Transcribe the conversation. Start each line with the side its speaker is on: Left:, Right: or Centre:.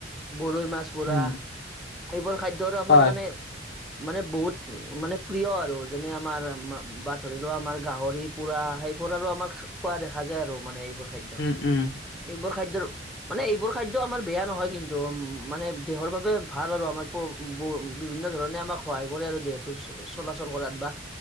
Centre: গৰৈ মাছ- পুৰা,
Left: উম
Centre: এইবোৰ খাদ্য আৰু আমাৰ
Left: হয়
Centre: মানে- মানে বহুত মানে প্ৰিয় আৰু যেনে আমাৰ বা ধৰি লোৱা আমাৰ গাহৰি পোৰা সেই- বোৰ আৰু আমাৰ খোৱা দেখা যায় আৰু মানে এইবোৰ খাদ্য,
Left: উম উম
Centre: এইবোৰ খাদ্যৰ- মানে এইবোৰ খাদ্য আমাৰ বেয়া নহয় কিন্তু উমঁ মানে দেহৰ বাবে ভাল আৰু আমাৰ- বো বোৰ বিভিন্ন ধৰণে আমাক সহায় কৰে আৰু দেহটো চ চলাচল কৰাত বা-